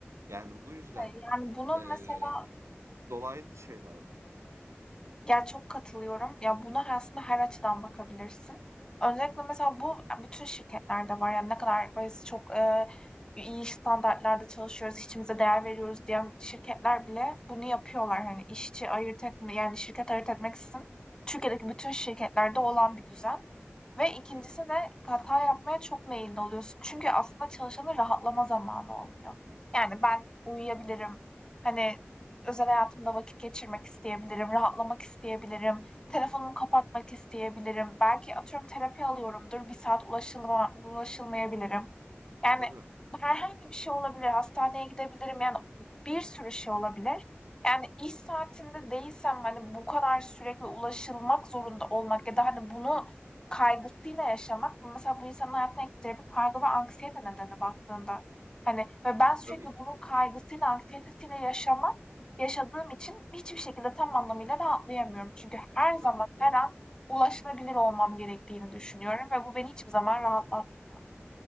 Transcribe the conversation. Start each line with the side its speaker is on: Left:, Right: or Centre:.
Right: Yani bu yüzden
Left: de, yani, bunun
Right: eee,
Left: mesela
Right: dolaylı şeyler bunlar yani.
Left: Ya, çok katılıyorum. Ya, buna aslında her açıdan bakabilirsin. Öncelikle mesela bu bütün şirketlerde var. Yani ne kadar biz çok, eee, iyi standartlarda çalışıyoruz, işçimize değer veriyoruz diyen şirketler bile bunu yapıyorlar. Hani işçi ayırt etme yani şirket ayırt etmeksizin Türkiye'deki bütün şirketlerde olan bir düzen. Ve ikincisi
Right: Hı hı.
Left: de hata yapmaya çok meyilli oluyorsun. Çünkü aslında çalışanın rahatlama zamanı olmuyor. Yani ben uyuyabilirim. Hani özel hayatımda vakit geçirmek isteyebilirim, rahatlamak isteyebilirim, telefonumu kapatmak isteyebilirim. Belki atıyorum terapi alıyorumdur, bir saat ulaşılma, ulaşılmayabilirim. Yani
Right: Tabii.
Left: herhangi bir şey olabilir, hastaneye gidebilirim, yani bir
Right: Hı hı.
Left: sürü şey olabilir. Yani iş saatinde değilsem hani bu kadar sürekli ulaşılmak zorunda olmak ya da hani bunu kaygısıyla yaşamak mesela bu insanın hayatına ekstra bir kaygı ve anksiyete nedeni baktığında. Hani ve ben sürekli
Right: Tabii.
Left: bunun kaygısıyla, anksiyetesiyle yaşamak yaşadığım için hiçbir şekilde tam anlamıyla rahatlayamıyorum. Çünkü her zaman,
Right: Tabii ki.
Left: her an ulaşılabilir olmam gerektiğini düşünüyorum ve bu beni hiçbir zaman rahatlatmıyor.